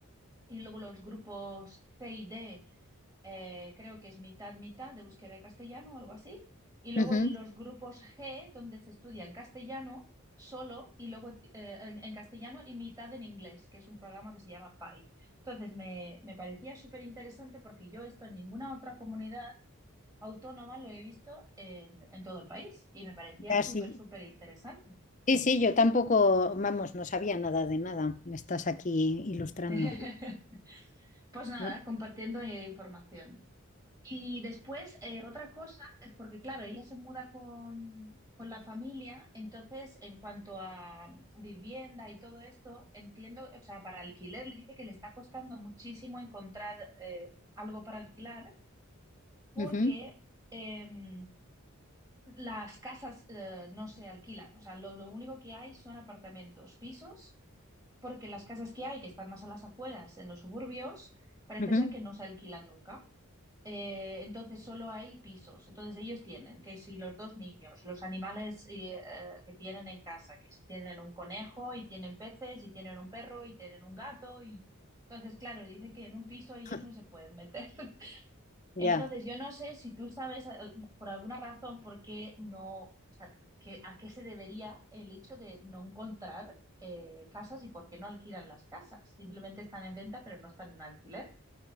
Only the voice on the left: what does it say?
ujú.
Ah,
sí.
Sí, sí, yo tampoco, vamos, no sabía nada de nada. Me estás aquí ilustrando.
Mm,
ujú,
ujú.
<laughs>
Ya,